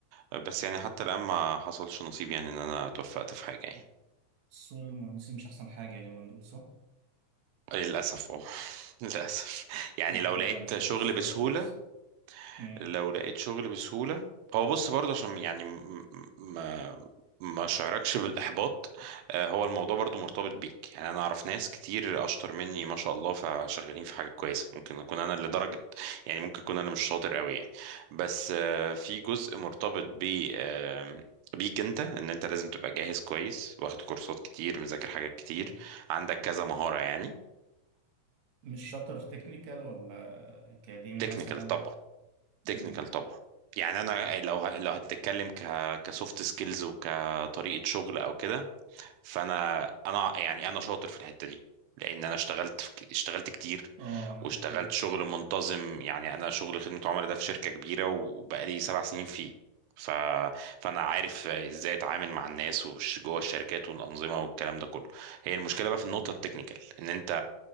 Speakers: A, on the right; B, on the right.
A: آه، بس يعني حتى الان ما حصلش نصيب يعني ان انا توفقت في حاجه يعني
B: سوق المهندسين مش أحسن حاجة اليومين دول صح؟
A: للأسف اه <laughs> للأسف يعني
B: مم.
A: لو
B: حاجة
A: لقيت
B: مش
A: شغل
B: مبشرة
A: بسهولة
B: خالص امم
A: لو لقيت شغل بسهولة هو بص برضه عشان يعني م- م- ما ما شعركش بالإحباط آه، هو الموضوع برضه مرتبط بيك يعني أنا أعرف ناس كتير أشطر مني ما شاء الله فشغالين في حاجة كويسة ممكن أكون أنا اللي درجة يعني ممكن أكون أنا مش شاطر قوي يعني بس آه، في جزء مرتبط ب آه، بيك انت ان انت لازم تبقى جاهز كويس واخد كورسات كتير مذاكر حاجات كتير
B: طب
A: عندك كذا مهارة يعني
B: مش شاطر تكنيكال ولا أكاديمي
A: تكنيكال
B: مثلا؟
A: طبعا تكنيكال
B: امم
A: طبعا يعني انا لو ه... لو هتتكلم ك كسوفت سكيلز وكطريقه شغل او كده فانا انا يعني انا شاطر في الحته دي لان انا اشتغلت في... ك- اشتغلت كتير
B: اه أنا
A: واشتغلت
B: أخدت بالي
A: شغل منتظم يعني انا شغل خدمه عملاء ده في شركه كبيره وبقالي سبع سنين فيه ف... فانا عارف ازاي اتعامل مع الناس وش جوه الشركات والانظمه والكلام ده كله هي المشكله بقى في النقطه التكنيكال ان انت